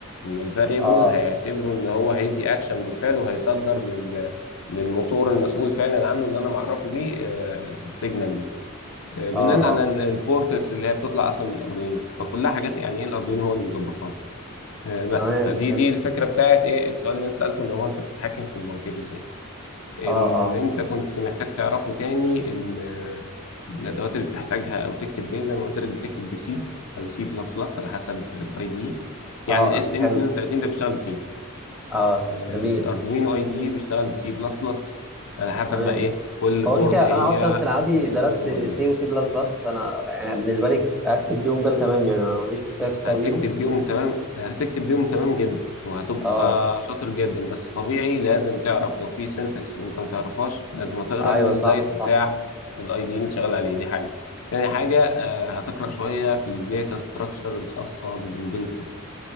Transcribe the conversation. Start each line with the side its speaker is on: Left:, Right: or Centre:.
Left: ان الفاريبل
Centre: اه
Left: هيعتبره ان هو هيدي اكشن بالفعل وهيصدر لل للموتور المسؤول فعلا عنه اللي انا معرفه بيه آه، السيجنال دي آه، بناء
Centre: اه
Left: على
Centre: اه
Left: ال- البورتس اللي هي بتطلع اصلا من الاردوينو فكلها حاجات يعني ايه الاردوينو هو اللي مظبطها لي. آه، بس
Centre: تمام
Left: فدي
Centre: فهمت
Left: دي الفكره بتاعت ايه السؤال اللي انت سالته اللي هو انت بتتحكم في المواتير ازاي اللي
Centre: اه اه
Left: انت كنت محتاج تعرفه تاني ال- الادوات اللي بتحتاجها او تكتب بيه زي ما قلت لك بتكتب بسي او سي بلس بلس على حسب الاي دي
Centre: اه
Left: يعني الاس
Centre: اه،
Left: ام
Centre: حلو
Left: 32 ده بيشتغل بسي
Centre: اه
Left: الاردوينو
Centre: جميل
Left: اي دي بيشتغل بسي بلس بلس على حسب
Centre: تمام
Left: بقى ايه كل
Centre: هو
Left: بورد
Centre: كده كده
Left: هي
Centre: انا اصلا في العادي
Left: مسيستم
Centre: درست
Left: الامور ازاي
Centre: سي وسي بلس بلس فانا يعني بالنسبه لي اكتب بيهم ده اللي تمام يعني أنا ما عنديش مشكله في الكتاب
Left: هتكتب
Centre: بيهم
Left: بيهم تمام هتكتب بيهم تمام جدا وهتبقى
Centre: اه
Left: شاطر جدا بس طبيعي لازم تعرف لو في سنتكس انت ما تعرفهاش لازم تقرا
Centre: ايوه
Left: من الجايدز
Centre: صح صح
Left: بتاع الاي دي اللي انت شغال عليه دي حاجه تاني حاجه آه، هتقرا شويه في الداتا ستراكشر الخاصه بالامبيدد سيستم